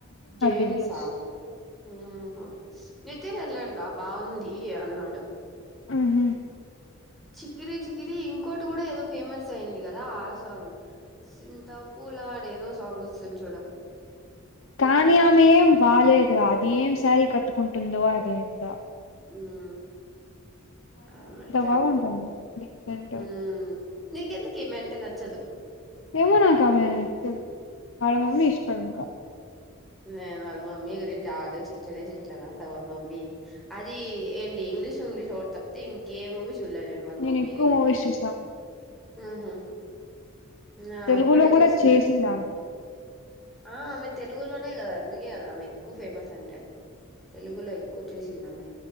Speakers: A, in the centre; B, on the left.
A: గేమ్స్
B: రివ్యూస్
A: ఉహ తరిళ్ళాడుగా బాగుంది అన్నాడు
B: ఆహ
A: చికిరి చికిరి ఇంకోటి కూడా ఏదో ఫేమస్ అయింది కదా ఆ సాంగ్ సింతా పూలా అనే ఏదో సాంగ్ వస్తుంది చూడ
B: కానీయామే వ బాలాలేదురా అది ఏం శారీ కట్టుకుంటుందో అదింత
A: ఉమ్ ఆ నిజమే
B: బాగుంటుంది డీసెంట్
A: ఉ నీకెందుకే మెంటల్ దానా
B: ఏమో నా నచ్చల వాళ్ళ మమ్మీ ఇష్టం ఇంకా
A: నేను వాళ్ళ మమ్మీ గురించి ఆలోచించనే చింటాను స వాళ్ళ మమ్మీ మి అది ఏంటి ఇంగ్లీష్ ఇంగ్లీష్ ఒక తప్పతే ఇంకేఊ జువెలరీ ఏమో వాళ్
B: నేను
A: మమ్మీది
B: ఎక్కువ మూవీస్ చూసా
A: ఊ హ ఆ
B: తెలుగులో
A: ఒక్కటే
B: కూడా
A: చూసింన
B: చేసింది ఆమె
A: ఆ ఆమె తెలుగు కదా అందుకే కదా ఆమె ఎక్కువ ఫేమస్ అంటే తెలుగులో ఎక్కువ చేసిందామె